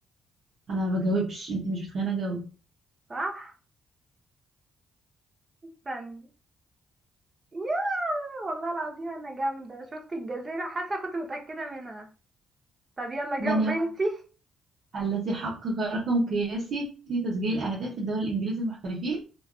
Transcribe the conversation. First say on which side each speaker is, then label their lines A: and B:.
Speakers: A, on the right; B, on the right.
A: انا ما بجاوبش انت مش بتخليني اجاوب
B: صح فن ياه والله العظيم انا جامدة شفت الجزيرة حاسة كنت متأكدة منها طب يلا جاوب
A: من هو
B: بنتي
A: الذي حقق رقم قياسي في تسجيل اهداف الدوري الانجليزي المحترفين